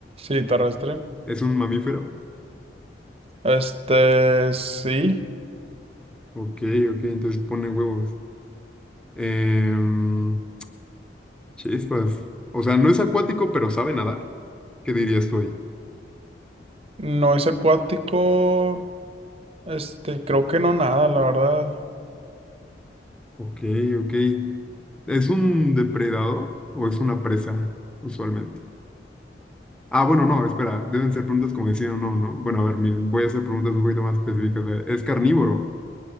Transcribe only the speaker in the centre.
Es un mamífero.
Ok, ok, entonces pone huevos. Em, chispas. O sea, no es acuático, pero sabe nadar. ¿Qué dirías tú ahí?
Ok, ok. ¿Es un depredador o es una presa, usualmente? Ah, bueno, no, espera, deben ser preguntas como decían o no, ¿no? Bueno, a ver, mi- voy a hacer preguntas un poquito más específicas. Eh, Es carnívoro,